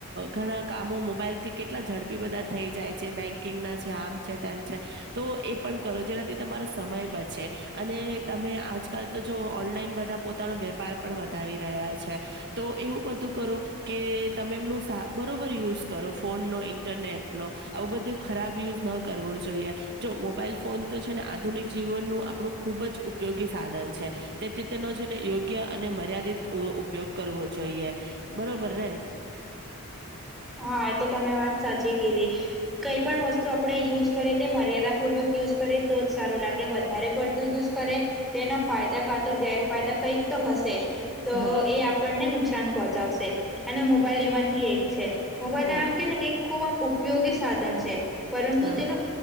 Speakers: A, on the right; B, in the centre.
A: ઘણા કામો મોબાઈલથી કેટલા ઝડપી બધા થઈ જાય છે બેકિંગ ના છે આમ છે તેમ છે તો એ પણ પણ કરો જેનાથી તમારો સમય બચશે અને તમે આજકાલ તો જો ઓનલાઈન બધા પોતાનો વે વ્યાપાર પણ વધાવી રહ્યા છે તો એવું બધું કરો કે તમે એમનું સા બરોબર યુઝ કરો ફોન નો ઈન્ટરનેટ નો આવું બધું ખરાબ યુઝ ન કરવો જોઈએ જો મો મોબાઈલ ફોન તો છે ને આધુનિક જીવનનું આપડુ ખુબ જ ઉપયોગી સાધન છે તેથી તેનો છે ને ઈ યોગ્ય અને મર્યાદિત વ ઉપયોગ કરવો જોઈએ બરોબર ને?
B: હા તો તમે વાત સાચી કીધી કઈ પણ વસ્તુ આપણે યુઝ કરીએ તે મર્યાદા પૂર્વક યુઝ કરે તો જ સારું લાગે વધારે પડતું યુઝ કરે તેના ફાયદા કા તો ગેરફાયદા કઈક તો હશે જ તો
A: હા,
B: એ આપણને નુકસાન પહોંચાશે અને મોબાઈલ એમાંથી એક છે મોબાઈલ
A: હા,
B: આમ કે ને કે ખૂબ આમ ઉપયોગી સાધન છે પરંતુ
A: હા,
B: તેનો